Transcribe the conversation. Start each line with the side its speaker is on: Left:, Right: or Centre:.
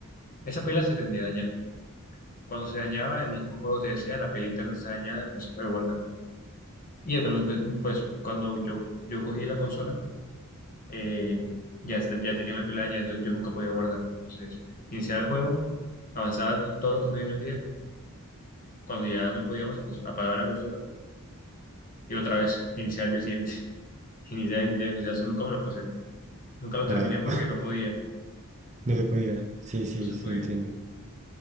Left: Esa pila se tendía a dañar. Cuando se dañaba, el mismo juego te decía, la pila interna está dañada, no se puede guardar. Y eh, pues pues, cuando yo, yo cogí la consola, eh, ya, está- ya tenía la pila dañada, entonces yo nunca podía guardar. Entonces, iniciaba el juego, avanzaba t- todo lo que podía en el día. Cuando ya no podía más, pues apagaba la consola y otra vez, <laughs> iniciar el día siguiente. <laughs> Iniciar, iniciar, iniciar. Eso nunca me lo pasé. Nunca lo terminé
Right: Ah,
Left: porque no
Right: <laughs>
Left: podía,
Right: no se podía. Sí, sí,
Left: no se podía.
Right: sí, entiendo.